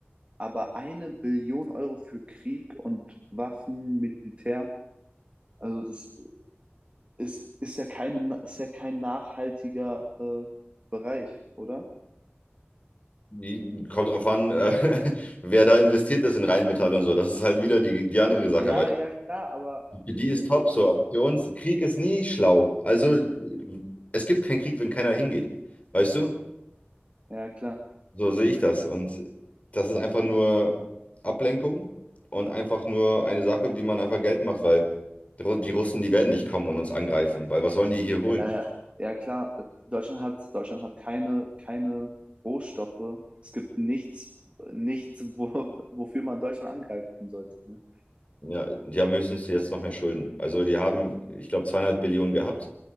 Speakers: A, on the right (about 30°); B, on the left (about 35°).
A: Aber eine Billion Euro für Krieg und Waffen, Militär, also das ist, ist, ja, keine, ist ja kein nachhaltiger äh, Bereich, oder?
B: Die, kommt darauf an, äh, <laughs> wer da investiert ist in Rheinmetall und so. Das ist halt wieder die, die andere Sache,
A: Ja,
B: weil
A: ja, klar, aber
B: für die
A: äh,
B: ist top
A: du,
B: so, aber für uns, Krieg ist nie schlau. Also, es gibt keinen Krieg, wenn keiner hingeht. Weißt du?
A: Ja, klar.
B: So sehe ich das. Und das ist einfach nur Ablenkung und einfach nur eine Sache, wie man einfach Geld macht, weil die Ru- die Russen, die werden nicht kommen und uns angreifen, weil was sollen die hier holen?
A: Äh, ja, klar. Deutschland hat, Deutschland hat keine, keine Rohstoffe. Es gibt nichts, nichts, wo, wofür man Deutschland angreifen sollte. Ne?
B: Ja, die haben höchstens jetzt noch mehr Schulden. Also die haben, ich glaube, zweieinhalb Billionen gehabt